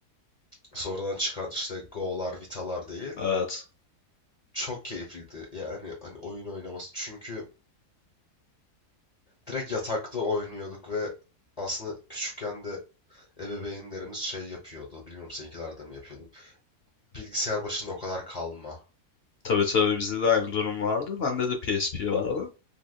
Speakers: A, on the left (about 30°); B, on the left (about 65°).
A: sonradan çıkan işte Go'lar, Vita'lar değil.
B: Evet.
A: Çok keyifliydi. Yani hani oyun oynaması. Çünkü direkt yatakta oynuyorduk ve aslında küçükken de ebeveynlerimiz şey yapıyordu. Bilmiyorum seninkiler de mi yapıyordu. Bilgisayar başında o kadar kalma.
B: Tabii tabii bizde de aynı durum vardı. Bende de PSP vardı.